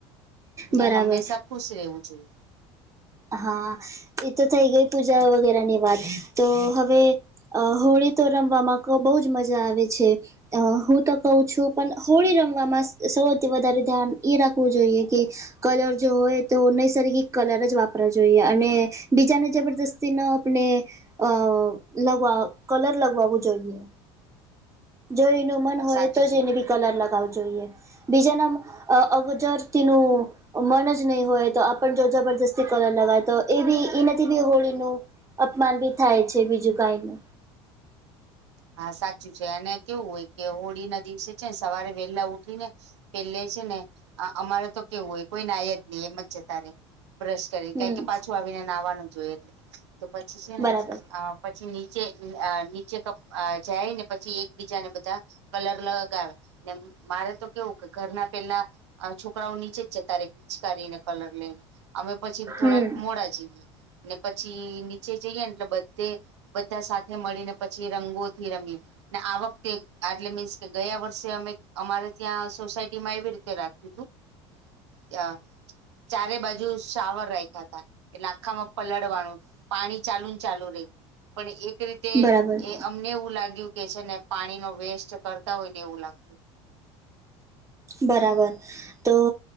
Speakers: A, on the right; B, on the right.
A: બરાબર
B: ને હંમેશા ખુશ રહેવુ જોઈએ.
A: હા, એ તો થઈ ગઈ પૂજા વગેરેની વાત તો હવે અ હોળી તો રમવામાં બહુ મજા આવે છે. અ હું તો કહઉ છું પણ હોળી રમવામાં સૌથી વધારે ધ્યાન એ રાખવું જોઈએ કે. કલર જો હોય તો નૈસર્ગિક કલર જ વાપર વપરા જોઈએ અને બીજાને જબરદસ્તી ન આપણે અ લગવા કલર લગવાવું જોઈએ. જો એનું મન હોય
B: સાચું
A: તો
B: છે
A: જ એને બી કલર લગાવો જોઈએ બીજાના અ અગજર તીનું મન જ નહીં હોય તો આપણ જો જબરદસ્તી કલર લગાવ તો એ બી એનાથી બી હોળીનું અપમાન બી થાય છે બીજું કઈ ન
B: હા સાચ્ચુ છે અને કેવુ હોય કે હોળી ના દિવસે છેન સવારે વેહેલા ઉઠી ને એલ્લે છે ને અ અમારે તો કેવું હોય, કોઈ નાય જ નહી એમ જ્જતારે બ્રષ કરી
A: હમ
B: કે પાછું આવીને નાવાનું જોયે એટલે તો પછી છે
A: બરાબર
B: ને અ પછી નીચે આ નીચે કપ આ જાય ને પછી એકબીજાને બધા કલર લ ગાવે ને મારે તો કેવું કે ઘરના પેલા અન છોકરાઓ નીચે જ જતારૈ ખીચકારીને કલર લઈન અમે પછીબ્ થોડાક
A: હમ
B: મોડા જૈએ ને પછી નીચે જૈયેનટલે બધે બધા સાથે મળી ને પછી રંગોથી રમીએ ને આ વખતે આટલે મીન્સ કે ગયા વર્ષે અમે અમારે ત્યાં સોસાયટીમાં એવી રીતે રાખ કે ત્યાં ચારે બા જુ શાવર રાખ્યાતા એટલે આખામાં પલળવાનું પાણી ચાલુનચાલુ રહી. પણ એક રીતે
A: બરાબર
B: અમને એવું લાગ્યું કે છે ને પાણી નો વેસ્ટ કરતા હોય ને એવું લાગ
A: બરાબર, તો